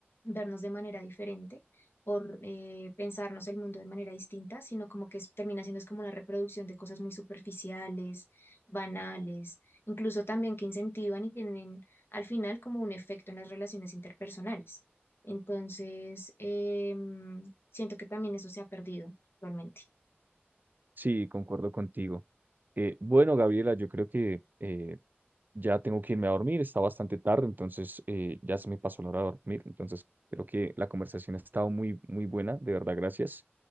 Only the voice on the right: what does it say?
Sí, concuerdo contigo. Eh, bueno, Gabriela, yo creo que eh, ya tengo que irme a dormir, está bastante tarde, entonces eh, ya se me pasó la hora de dormir, entonces creo que la conversación ha estado muy, muy buena, de verdad, gracias.